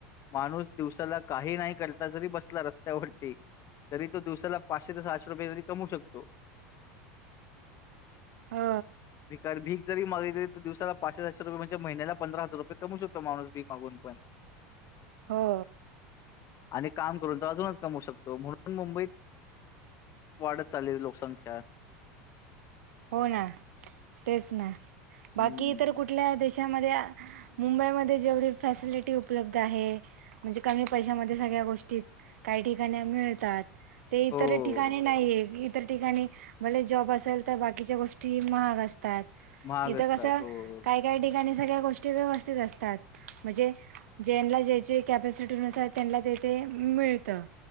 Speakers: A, on the left; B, on the right.
A: माणूस दिवसाला काही नाही करता जरी बसला रस्त्यावरती तरी तो दिवसाला पाचशे ते सहाशे रुपये जरी कमऊ शक हो,
B: हो
A: भिकारी भीक जरी मागली तर दिवसाला <unintelligible> महिन्याला पंधरा हजार रुपये कमवू शकतो माणूस भिक मागून पण.
B: हो.
A: आणि काम करून तर अजूनच कमवू शकतो म्हणून मुंबईत वाढत चालली लोकसंख्या.
B: हो ना, तेच ना, बाकी
A: हम्म
B: इतर कुठल्या देश त्यामध्ये, मुंबईमध्ये जेवढी फॅसिलिटी उपलब्ध आहे. म्हणजे कमी पैशामध्ये सगळ्या गोष्टी, काही ठिकाणी मिळतात. ते इतर
A: हो
B: ठिकाणी नाहीय इतर ठिकाणी, भले जॉब असेल तर बाकीच्या गोष्टी महाग असतात,
A: महाग
B: इथं
A: असतात
B: कसं,
A: हो
B: काय काही ठिकाणी सगळ्या गोष्टी व्यवस्थित असतात. म्हणजे ज्यांनला ज्याची कॅपॅसिटी नुसार त्यांनला तेथे मिळतं.